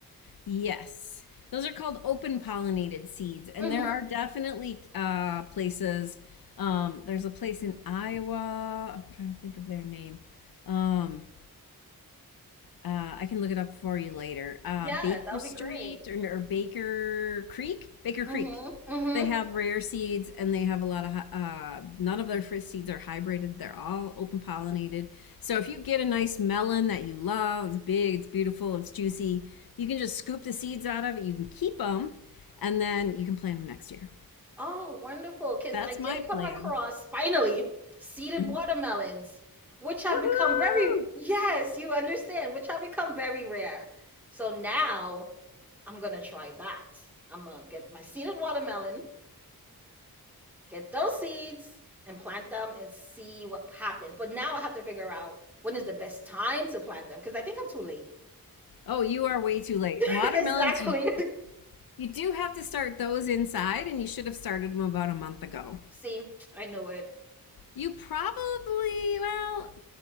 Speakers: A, on the left; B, in the centre.
A: Yes. Those are called open pollinated seeds. And
B: hmm
A: there are definitely uh, places. Um, there's a place in Iowa. I'm trying to think of their name. Um, uh, I can look it up for you later. Uh,
B: yeah
A: Baker
B: that would
A: Street
B: be great
A: or, or Baker Creek? Baker Creek.
B: hmm hmm
A: They have rare seeds and they have a lot of, hy- uh, none of their fruit seeds are hybrided. They're all open pollinated. So if you get a nice melon that you love, it's big, it's beautiful, it's juicy, you can just scoop the seeds out of it. You can keep them and then you can plant them next year.
B: Oh, wonderful. Because
A: That's
B: I did
A: my plan.
B: come across finally seeded
A: Mhm.
B: watermelons, which have
A: Woohoo!
B: become very, yes, you understand, which have become very rare. So now I'm going to try that. I'm going to get my seeded watermelon, get those seeds, and plant them and see what happens. But now I have to figure out when is the best time to plant them because I think I'm too late.
A: Oh, you are way too late.
B: <laughs>
A: Watermelons,
B: Exactly.
A: you You do have to start those inside, and you should have started them about a month ago.
B: <laughs> See, I knew it.
A: You probably, well,